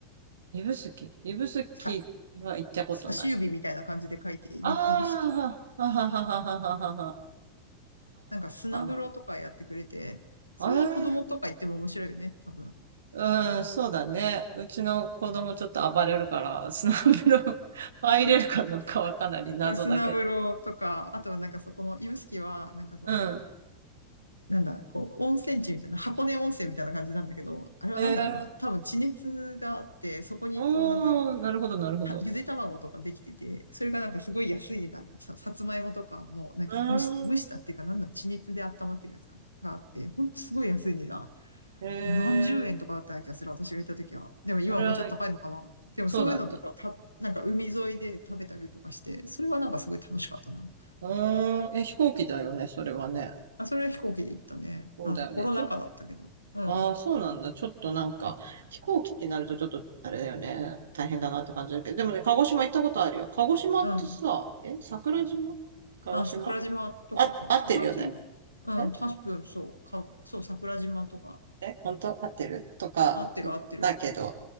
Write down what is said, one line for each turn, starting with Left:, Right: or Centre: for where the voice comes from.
Right: 指宿指宿
Left: さ、
Right: は行ったことない。
Left: 差し指みたいな感じで書いて、ゆ指宿。
Right: ああ、はははははははは。
Left: なんか、砂風呂とかやってくれて、
Right: あ
Left: それは子供とか行っても面白いよね、
Right: あ、ああ、
Left: 多分。
Right: うん、そうだね。うちの子供ちょっと暴れるから、<laughs> スナップの入れるかどうかはかなり謎だけど。
Left: <laughs> まあ、砂風呂とか、あとはなんかそこの指宿は、なんかその、
Right: うん。
Left: なんだ、こう、温泉地みたいな、箱根温泉みたいな感じなんだけど、あれはなんだろうな、
Right: えー、
Left: 多分地熱があって、そこにこうなんか、
Right: おー、なるほど、なるほど。
Left: たゆで卵とかできてて、それがなんかすごい安い値段、さ、さつまいもとかもうなんか蒸し、
Right: うーん、
Left: 蒸したっていうか、なんだ、地熱で温まってるやつかな、があって、ほんとすごい安い値段。
Right: え
Left: 何十円とかだった気がする、
Right: ー、
Left: 私が行った時は。でも今はもうちょっと高いのかな。
Right: それは、
Left: でもそういうのとか、
Right: そうだね。
Left: た、なんか海沿いで食べたりとかして、それはなんかすごい楽しかったな。
Right: うーん、え、飛行機だよね、それはね。
Left: あ、それは飛行機で行ったね。
Right: そうだよね。
Left: あの、コロナ禍だったけど。
Right: ちょっと
Left: うん。
Right: ああそうなんだ。ちょっとなんか、飛行機ってなるとちょっと、あれだよね。大変だなって感じだけど。でもね、鹿児島行ったことあるよ。鹿児島ってさ、
Left: うん。
Right: え、桜島鹿児島
Left: あ、桜島とかか。
Right: あ、合ってるよね。
Left: 桜島。うん、
Right: え、
Left: 多分そう。か、そう、桜島とか。
Right: え、本当合ってるとか、
Left: 合ってる合ってる。
Right: ったけど、